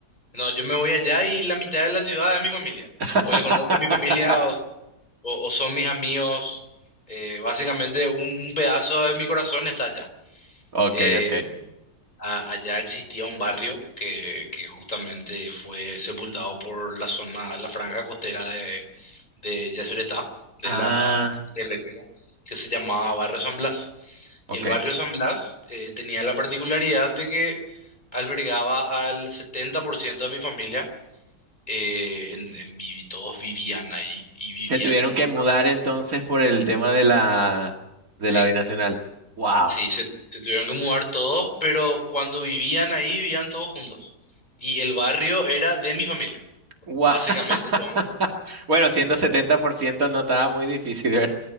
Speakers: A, on the left (about 25°); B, on the right (about 60°).
A: No, yo me voy allá y la mitad de la ciudad es mi familia.
B: <laughs>
A: O le conozco a mi familia o, o- o son mis amigos. Eh, básicamente un, un pedazo de mi corazón está allá.
B: Ok,
A: Eh,
B: ok.
A: a- allá existía un barrio que, que justamente fue sepultado por la zona, la franja costera de, de Yacyretá, de
B: Ah,
A: la eléctrica, que se llamaba Barrio San Blas. Y
B: ok.
A: el barrio San Blas eh, tenía la particularidad de que albergaba al 70% de mi familia eh, en, en vi- todos vivían ahí y vivían
B: Se tuvieron
A: uno.
B: que mudar entonces por el tema de la de
A: Sí,
B: la binacional. Wow.
A: sí, se, se tuvieron que mudar todos, pero cuando vivían ahí vivían todos juntos. Y el barrio era de mi familia,
B: Guau.
A: básicamente
B: <laughs>
A: todo, ¿no?
B: Bueno, siendo 70% no estaba muy difícil, ¿verdad?